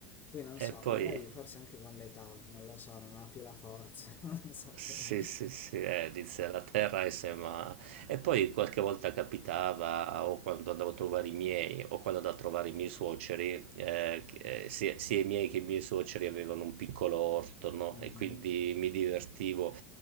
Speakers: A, on the left; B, on the right.
A: Poi non
B: E
A: so,
B: poi...
A: magari forse anche con l'età, non lo so, non ha più la forza, <laughs> non saprei.
B: Sì, sì, sì, eh, dice la terra e sembra... E poi qualche volta capitava, o quando andavo a trovare i miei, o quando andavo a trovare i miei suoceri, eh, che- eh, sia, sia i miei che i miei suoceri avevano un piccolo orto,
A: <laughs>
B: no?
A: Mh-mh,
B: E quindi mi divertivo